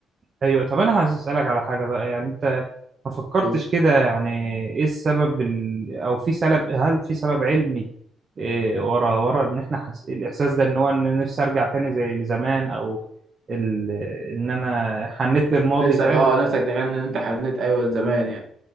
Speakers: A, on the right; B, on the right.
A: ايوه طب انا عايز اسالك على حاجه بقى يعني انت ما فكرتش
B: بس
A: كده يعني ايه السبب ال... او في سبب هل في سبب علمي إيه ورا ورا ان احنا حس... الاحساس ده ان هو ان نفسي ارجع تاني زي لزمان او ال... ان انا حنيت للماضي
B: نفسك
A: فاهم
B: اه نفسك تحن ان انت حنيت ايوه زمان يعني